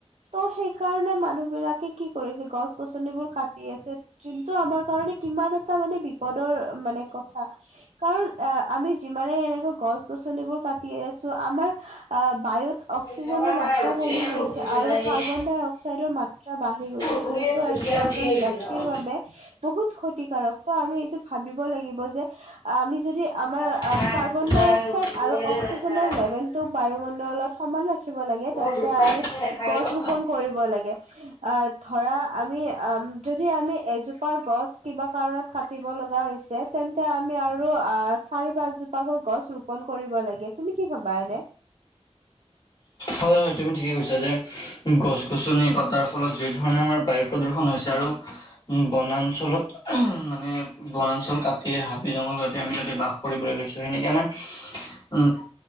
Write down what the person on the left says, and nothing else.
শুই
থকা নাই
উঠি
<unintelligible>
শুই
আছিলোঁ এতিয়া
উঠি আহিছিলোঁ
অ'।
অ' খাই
শুলে
নে
নাখায়
মই
গুচাই
দিলে নাখায়
অ'।
হয়। হয় তুমি ঠিকেই কৈছে যে গছ গছনি কটাৰ তাৰ ফলত যি ধৰণৰ আমাৰ বায়ু প্ৰদূষণ হৈছে আৰু বনাঞ্চলত মানে বনাঞ্চল কাটি হাবি জংঘল কাটি আমি তাতে বাস কৰিবলৈ লৈছোঁ সেনেকে আমাৰ উম,